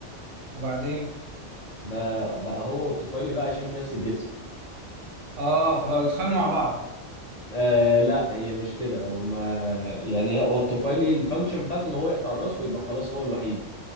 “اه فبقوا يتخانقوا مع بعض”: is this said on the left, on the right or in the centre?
Right